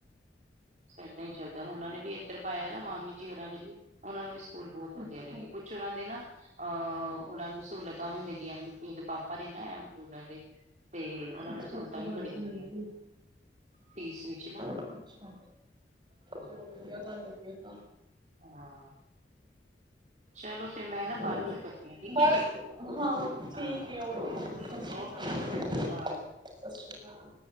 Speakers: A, on the right; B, on the right.
A: ਇਦਾਂ ਹੀ ਚੱਲਦਾ ਉਹਨਾਂ ਨੇ ਵੀ ਇੱਧਰ ਪਾਇਆ ਨਾ ਮਾਮੀ ਜੀ ਹੋਰਾਂ ਨੇ ਵੀ। ਉਹਨਾਂ ਨੂੰ ਵੀ ਸਕੂਲ ਬਹੁਤ ਵਧੀਆ
B: ਅੱਛਾ
A: ਲੱਗੇ ਕੁਛ ਉਹਨਾਂ ਦੇ ਨਾ। ਅਹ ਉਹਨਾਂ ਨੂੰ ਸਹੂਲਤਾਂ ਵੀ ਮਿਲੀਆਂ ਨੇ ਕਿਉਂਕਿ ਉਹਦੇ ਪਾਪਾ ਨੇ ਨਾ ਉਹਨਾਂ ਦੇ ਤੇ ਉਹਨਾਂ
B: ਅੱਛਾ
A: ਨੂੰ ਸਹੂਲਤਾਂ
B: ਅੱਛਾ
A: ਵੀ
B: ਹਾਂਜੀ
A: ਬੜੀਆਂ ਮਿਲੀਆਂ
B: ਹਾਂਜੀ
A: ਫੀਸ ਵਿੱਚ ਨਾ।
B: ਅੱਛਾ
A: ਹਾਂ
B: ਚਲੋ ਵਧੀਆ ਗੱਲ ਹੋਗੀ ਓ ਤਾਂ।
A: ਹਾਂ। ਚਲੋ ਫਿਰ ਮੈਂ ਨਾ
B: ਹੋਰ
A: ਬਾਅਦ ਚੋਂ ਕਰ ਦੀ ਆ ਠੀਕ
B: ਬਸ
A: ਆ ਜੀ
B: ਹਾਂ ਠੀਕ
A: ਹਾਂ
B: ਹੈ
A: ਓਕੇ
B: ਸਤਿ ਸ਼੍ਰੀ
A: ਓ
B: ਅਕਾਲ
A: ਕੇ ਜੀ ਸਤਿ ਸ਼੍ਰੀ ਅਕਾਲ।
B: ਸਤਿ ਸ਼੍ਰੀ ਅਕਾਲ।